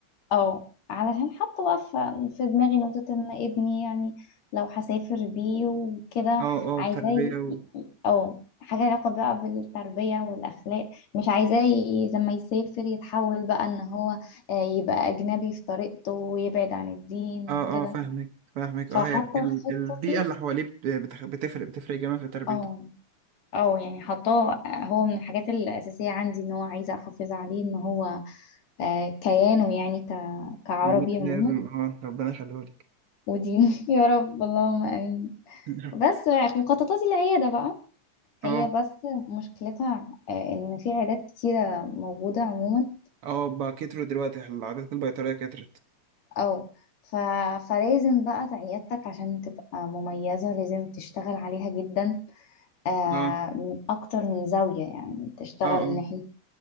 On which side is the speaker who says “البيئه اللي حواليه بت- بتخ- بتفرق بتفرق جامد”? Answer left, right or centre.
Right